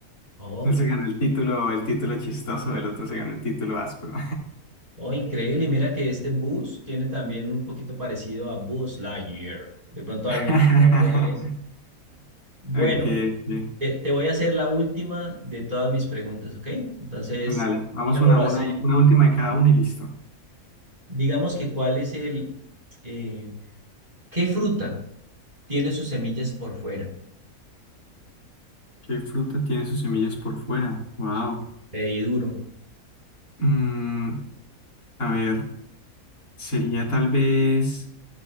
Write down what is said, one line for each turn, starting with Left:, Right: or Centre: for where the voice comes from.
Right: Ok.
Left: Él se ganó el título, el título chistoso, el otro se ganó el título áspero.
Right: Oh, increíble. Y mira que este bus tiene también un poquito parecido a Buzz Lightyear. De pronto
Left: <laughs>
Right: algo, algo de eso. Bueno,
Left: Ok, ok.
Right: te, te voy a hacer la última de todas mis preguntas, ¿ok? Entonces,
Left: Dale, vamos
Right: digámoslo
Left: una a una,
Right: así.
Left: y una última de cada uno y listo.
Right: Digamos que cuál es el... eh, ¿qué fruta? Tiene sus semillas por fuera.
Left: ¿Qué fruta tiene sus semillas por fuera? Wow.
Right: Te di duro.
Left: Mm, a ver, sería tal vez.